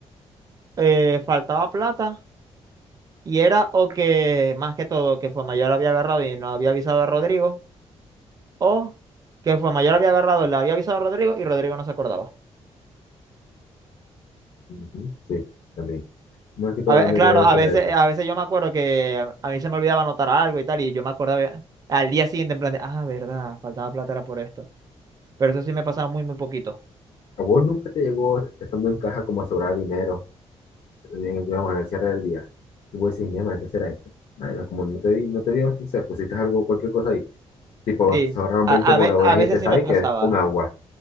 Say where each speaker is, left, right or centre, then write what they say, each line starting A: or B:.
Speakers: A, on the right; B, on the left.
A: eh, faltaba plata y era o que, más que todo, que Mayor había agarrado y no había avisado a Rodrigo, o que Mayor había agarrado, le había avisado a Rodrigo y Rodrigo no se acordaba.
B: Ujú, Sí, también. Más que todo,
A: A ve-
B: la mayoría
A: claro,
B: de las
A: a
B: veces
A: veces,
B: era eso.
A: a veces yo me acuerdo que a, a mí se me olvidaba anotar algo y tal, y yo me acordaba eh, al día siguiente en plan de, ah, verdad, faltaba plata era por esto. Pero eso sí me pasaba muy, muy poquito.
B: ¿A vos nunca te llegó, estando en caja, como a sobrar dinero, en- digamos, en el cierre del día? Y vos decís, mierda, ¿qué será esto? Nada, como no te di, no te dio, no sé, pusiste algo, cualquier cosa ahí. Tipo,
A: Sí,
B: te sobraron
A: a,
B: 20 bolos,
A: a, ve- a
B: vos dijiste,
A: veces sí
B: ¿sabes
A: me pasaba.
B: qué? Un agua.